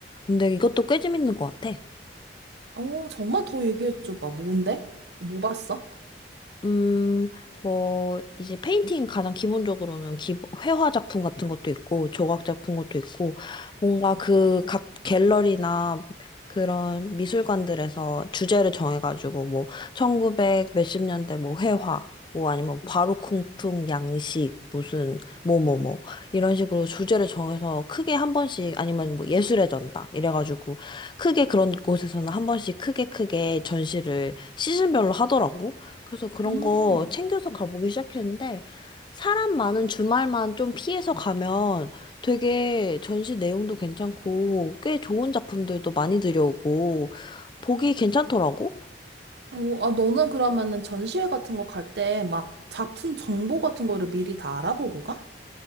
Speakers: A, on the left; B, on the right.
A: 근데 이것도 꽤 재밌는 것 같아.
B: 어, 정말 더 얘기해줘봐. 뭔데? 뭐 봤어?
A: 음, 뭐, 이제 페인팅 가장 기본적으로는 기, 회화 작품 같은 것도 있고, 조각 작품 것도 있고, 뭔가 그 각 갤러리나 그런 미술관들에서 주제를 정해가지고, 뭐, 1900 몇십 년대 뭐 회화, 뭐 아니면 바로콩풍 양식, 무슨, 뭐뭐뭐, 이런 식으로 주제를 정해서 크게 한 번씩, 아니면 뭐 예술의 전당, 이래가지고, 크게 그런 곳에서는 한 번씩 크게 크게 전시를 시즌별로 하더라고. 그래서 그런
B: 음.
A: 거 챙겨서 가보기 시작했는데, 사람 많은 주말만 좀 피해서 가면 되게 전시 내용도 괜찮고, 꽤 좋은 작품들도 많이 들여오고, 보기 괜찮더라고?
B: 오, 아, 너는 그러면은 전시회 같은 거 갈 때 막 작품 정보 같은 거를 미리 다 알아보고 가?